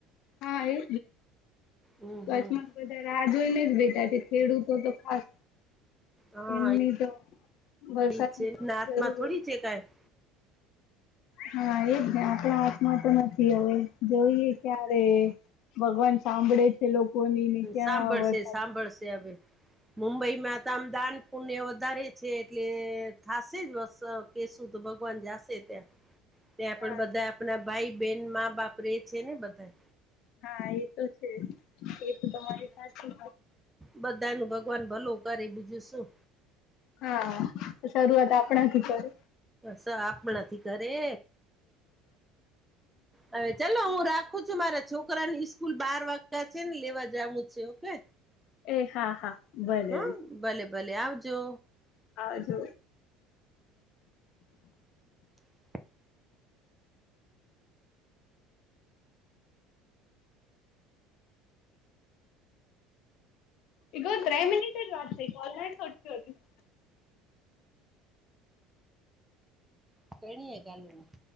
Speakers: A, on the left (about 55°); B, in the centre.
A: હા એ,
B: હમ
A: જલેચમાં.
B: હમ
A: બધા રાહ જોઈને જ બેઠા છે ખેડૂતો તો ખાસ.
B: હા
A: એમની તો વરસાદની
B: એ છે
A: ખબ
B: હાથમાં
A: જરૂર.
B: થોડી છે ક <unintelligible>
A: હા એ જ આપણા હાથમાં તો નથી હવે જોઈએ ક્યારે. ભગવાન સાંભળે. લોકોની ને ક્યાં
B: સાંભળ
A: વરસાદ
B: છે સાંભળ છે હવે. મુંબઈમાં તો આમ દાન પુણ્ય વધારે છે, એટલે થશે જ વ કે સુ તો ભગવાન જશે ત્યાં. ત્યાં પણ
A: હા
B: બધા આપણા ભાઈ બેહેન મા બાપ રે છે ને બધા.
A: હા એ તો છે, એ તો તમારી સાચી.
B: બધા ન ભગવાન ભલો કરે બીજું શું.
A: હા. તો આપણાથી ડરે?
B: સા આપણાથી ડરે. હવે ચાલો હું રાખું છું, મારા છોકરાની સ્કૂલ બાર વાગ્યા છે ને, લેવા જવું છે, ઓકે.
A: એ હા, હા. ભલે
B: હમ્મ, ભલે ભલે. આવજો.
A: આવજો.
B: હા
A: <unintelligible>
B: <unintelligible>